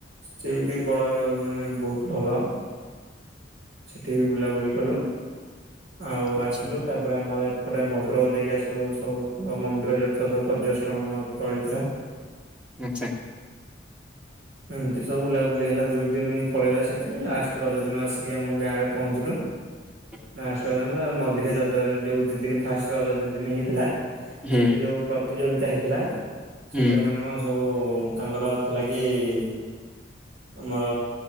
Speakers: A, on the right; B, in the centre.
A: ସେ ବି ଟିକେ ବଡ ମାନେ ବହୁତ ଭଲ। ସେଠି ବି ବୁଲାବୁଲି କଲୁ। ଆଉ
B: ଆଚ୍ଛା
A: ଆସିଲୁ ତାପରେ ଆମର ଏପଟେ ଭଦ୍ରକ ଦେଇକି ଆସିଲୁ ସବୁ ମନ୍ଦିର ଯେ ତ ସବୁ ପର୍ଯ୍ୟଟନସ୍ଥଳୀ ଥିଲା।
B: ଆଚ୍ଛା।
A: ଏମତି ସବୁ ବୁଲାବୁଲି ହେଲା ଦୁଇ ଦିନ ପଳେଇଲା ସେଥିରେ। ଲାଷ୍ଟ ରଜ ଦିନ ଆସିକି ଆମ ଗାଁରେ ପହଞ୍ଚିଲୁ।
B: ହୁଁ।
A: ଫାଷ୍ଟ ରଜ ମଝିରେ ଯୋଉ ଦି ଦିନ ଫାଷ୍ଟ ରଜ ଦି ଦିନ ହେଇଥିଲା
B: ହୁଁ
A: ସେଠି ଯୋଉ- ପ୍ରତିଯୋଗିତା ହେଇଥିଲା
B: ହୁଁ
A: ସେଥିରେ ଆମର ସବୁ ତାଙ୍କର ଥିଲା କି- ଆମର